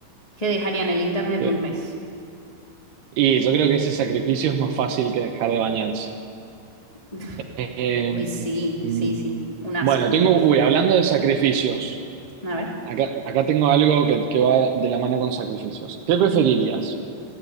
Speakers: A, on the left; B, on the right.
A: que dejarían el internet
B: Que-
A: un mes.
B: Y yo creo que ese sacrificio es más fácil que dejar de bañarse.
A: <laughs>
B: Eh,
A: Uy, sí,
B: mm,
A: sí, sí, un asco
B: bueno,
A: un
B: tengo,
A: mes.
B: uy, hablando de sacrificios,
A: A ver.
B: acá, acá tengo algo que, que va de la mano con sacrificios. ¿Qué preferirías?
A: Ujú.